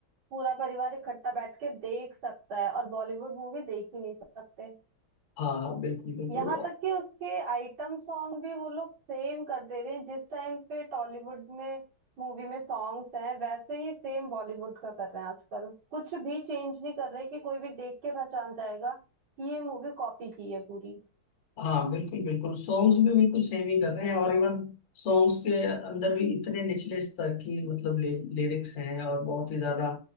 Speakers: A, on the right; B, on the left.
A: पूरा परिवार इकट्ठा बैठ के देख सकता है और बॉलीवुड मूवी देख ही नहीं सकते
B: हाँ हाँ, बिल्कुल बिल्कुल
A: यहाँ तक कि उसके आइटम सॉन्ग भी वो लोग सेम कर दे रहे हैं जिस टाइम पे टॉलीवुड में मूवी में सॉन्ग्स हैं वैसे ही सेम बॉलीवुड का कर रहे हैं आजकल कुछ भी चेंज नहीं कर रहे कि कोई भी देख के पहचान जाएगा कि ये मूवी कॉपी की है पूरी
B: हाँ बिल्कुल बिल्कुल सॉन्ग्स भी बिल्कुल सेम ही कर रहे हैं और इवन सॉन्ग्स के अंदर भी इतने निचले स्तर की मतलब लिरिक्स हैं और बहुत ही ज्यादा